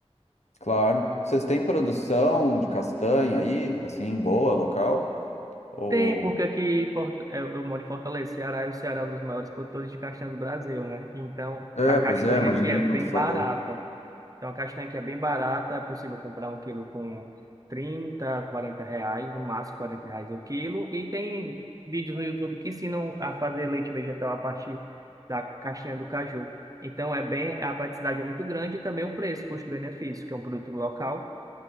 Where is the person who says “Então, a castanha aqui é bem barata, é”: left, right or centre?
Right